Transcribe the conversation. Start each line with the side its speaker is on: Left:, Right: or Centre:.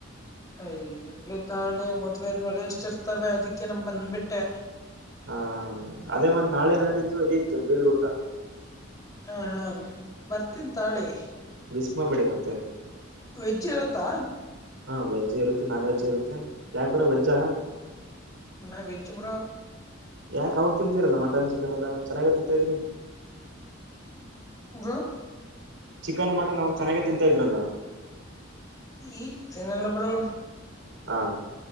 Left: ಅಯ್ಯೋ ಇರ್ಲಿ ತೋಳಿ ಮದವೆ ಅಂದ ಮೇಲೇ ಎಷ್ಟಿ ಇರ್ತವ ಅದಕ್ಕೆ ನಾ ಬಂದ್ಬಿಟ್ಟೆ
Right: ಹಾ ಅದೇ ಮತ್ತ್ ನಾಳೆ ನಾಡಿದ್ದು ರೀತ್ ಬೀಗರ ಊಟಾ
Left: ಹ ಹಾ ಬರ್ತೀನ್ ತೋಳಿ
Right: ಭಿಸ್ಮ ಬಿಡಿ ಮತ್ತೆ
Left: ವೆಜ್ಜ್ ಇರತ್ತಾ,
Right: ಹಾ ವೆಜ್ ಇರುತ್ತೆ ನಾನ್ ವೆಜ್ ಇರುತ್ತೆ ಯಾಕ್ ಬ್ರೋ ವೆಜಾ
Left: ನಾವ ವಜ್ ಬ್ರೋ
Right: ಯಾಕ ಅವಾಗ ತಿಂತಿರಲ್ಲಾ ಮಟನ್ ಚಿಕ್ಕನ್ ಎಲ್ಲಾ ಚೆನ್ನಾಗಿ ಐತಿಂತ ಹೇಳಿದ್ರಿ
Left: <unintelligible>
Right: ಚಿಕ್ಕನ್ ಮಟನ್ ಅವಾಗ ಚೆನ್ನಾಗಿ ಆಗಿ ತಿಂತಾ ಇದ್ರಲ್ಲಾ
Left: ಈಗ ತಿನ್ನಲ್ಲಾ ಬ್ರೋ
Right: ಹಾ